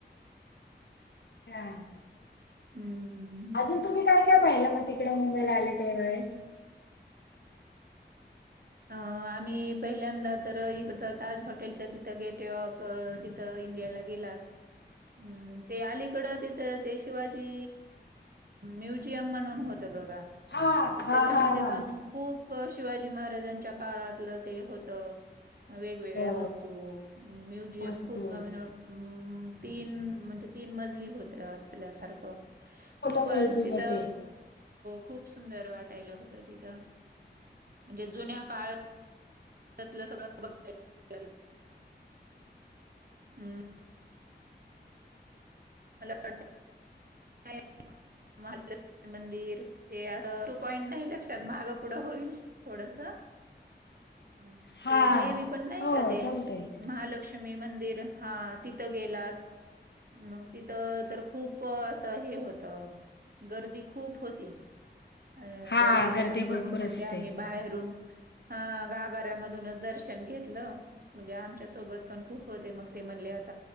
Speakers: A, on the left; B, on the right.
A: हम्मं
B: हम्मं हम्मं हम्मं
A: तुम्ही काय काय पाहिलं? मग तिकडे मुंबईला आले त्या वेळेस.
B: अ आम्ही पहिल्यांदा तर इकड ताज हॉटेलच्या तिथ गेटवे ऑफ अअ तिथ इंडियाला गेलात. हम. ते अलीकड तिथ. तर ते शिवाजी म्युझियम म्हणून होत बघा.
A: हा
B: तर
A: हा
B: त्याच्यामध्ये
A: हा हा
B: पण खूप शिवाजी महाराजांच्या काळातल ते होत. वेगवेगळ्या
A: हो
B: वस्तू म्युझियम
A: वस्तू
B: खूप <unintelligible> हम्. तीन म्हणजे तीन मजली होत असल्या सारख खूप
A: मोठं म्युझियम
B: अजून तिथ
A: आहे ते.
B: खूप सुंदर वाटायल होत तिथ. जे जुन्या काळ त्यातला सगळ <unintelligible> ह् मला <unintelligible> आया महा मंदिर ते, अस टू पॉईंट नाही लक्षात माग पुढ होईल. थोडस ते
A: हा
B: देवी पण नाही
A: हो
B: का ते,
A: चालतय
B: महालक्ष् लक्ष्मी मंदिर. हा तिथ गेला, मग तिथ तर खूप अस हे होत. गर्दी खूप होती. अ
A: हा
B: गर्दीलाच
A: गर्दी
B: बघून
A: भरपूर
B: मग
A: असते.
B: ते आम्ही बाहेरून हा गाभाऱ्यामधूनच दर्शन घेतल म्हणजे, आमच्या सोबत पण खूप होते मग ते म्हणले.